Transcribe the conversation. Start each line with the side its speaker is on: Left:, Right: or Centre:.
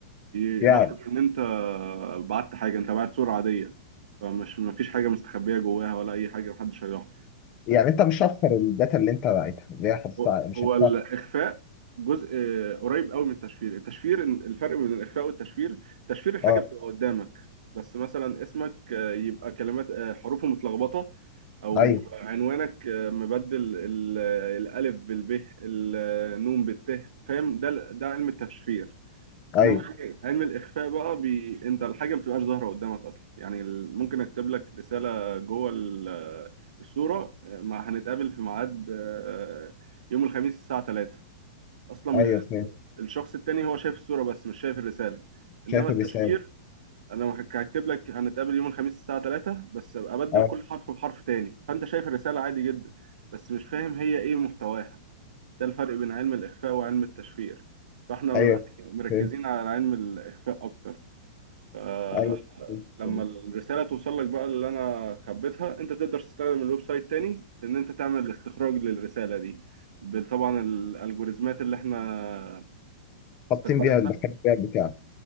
Right: يلاحظ
Left: يعني
Right: ان انت بعت حاجة انت بعت صورة عادية فمش مفيش حاجة مستخبية جواها ولا اي حاجة محدش هيلاحظ
Left: يعني انت مش هتخسر الداتا اللي انت باعتها اللي هي حافظتها
Right: هو
Left: مش
Right: هو
Left: هتخسر
Right: الاخفاء جزء آه، قريب قوي من التشفير التشفير الفرق بين الاخفاء والتشفير تشفير الحاجه
Left: اه
Right: بتبقى قدامك بس مثلا اسمك آه، يبقى كلمات آه، حروفه متلخبطه او
Left: ايوه
Right: عنوانك آه، مبدل ال- آه، الالف بالب النون بالت فاهم ده ده علم التشفير انما
Left: ايوه
Right: علم الاخفاء بقى بي... انت الحاجه ما بتبقاش ظاهره قدامك اصلا يعني ال- ممكن اكتب لك رساله جوه ال- الصوره مع هنتقابل في ميعاد آه، يوم الخميس الساعه 3 اصلا
Left: ايوه فهمت
Right: الشخص التاني هو شايف الصوره بس مش شايف الرساله
Left: شايف
Right: انما التشفير
Left: الرساله
Right: انا هك- هكتب لك هنتقابل يوم الخميس الساعه 3 بس أبقى ابدل
Left: اه
Right: كل حرف بحرف تاني فانت شايف الرساله عادي جدا بس مش فاهم هي ايه محتواها ده الفرق بين علم الاخفاء وعلم التشفير فاحنا
Left: ايوه
Right: مركزين
Left: فهمت
Right: على علم الإخفاء أكتر آه،
Left: ايوه فهمت
Right: لما
Left: فهمت.
Right: الرسالة توصل لك بقى اللي أنا خبيتها أنت تقدر تستخدم الويب سايت تاني إن أنت تعمل استخراج للرسالة دي بال- طبعا الألجوريزمات اللي إحنا مستخدمينها
Left: حاطين بيها الدكاتره بتاعك